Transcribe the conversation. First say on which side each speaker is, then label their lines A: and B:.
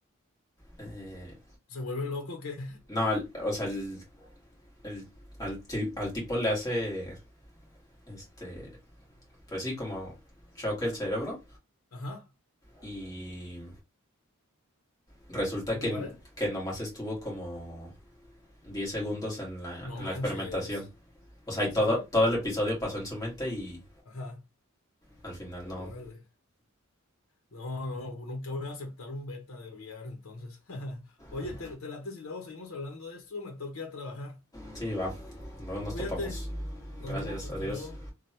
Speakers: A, on the left (about 20°); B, on the left (about 80°).
A: eh,
B: Se vuelve loco que...
A: no, el- o sea, el, el- al, ti- al tipo le hace. Este. Pues sí, como choque el cerebro.
B: <laughs> Ajá.
A: Y resulta
B: ¿Se
A: que,
B: muere?
A: que nomás estuvo como 10 segundos en la,
B: No manches.
A: en la experimentación. O sea,
B: ¿En
A: y todo,
B: serio?
A: todo el episodio pasó en su mente y
B: Ajá.
A: al final
B: Órale.
A: no.
B: No, no, nunca voy a aceptar un beta de VR entonces. <laughs> Oye,
A: Ay,
B: ¿te, te late si luego seguimos hablando de esto? Me tengo que ir a trabajar.
A: Sí, va. Luego nos
B: Cuídate.
A: topamos.
B: Nos
A: Gracias,
B: vemos. Hasta
A: adiós.
B: luego.